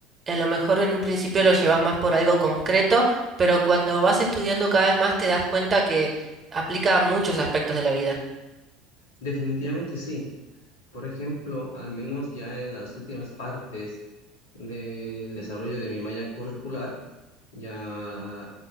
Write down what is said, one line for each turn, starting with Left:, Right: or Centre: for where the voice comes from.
Right: a lo mejor en un principio lo llevas más por algo concreto, pero cuando vas estudiando cada vez más te das cuenta que aplica a muchos aspectos de la vida.
Left: Definitivamente sí. Por ejemplo, al menos ya en las últimas partes del desarrollo de mi malla curricular, ya